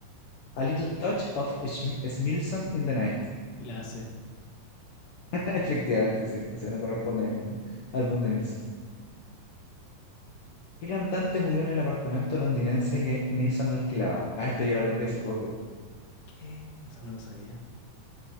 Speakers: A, on the left; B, on the left.
A: a little touch of Schm- Schmilson in the night.
B: La hace.
A: <laughs> Efectivamente, sí, ese no corresponde a ningún álbum de Nilsson. ¿Qué cantante murió en el apartamento londinense que Nilsson alquilaba? Ah, esto yo lo aprendí hace poco.
B: ¿Qué? Eso no lo sabía.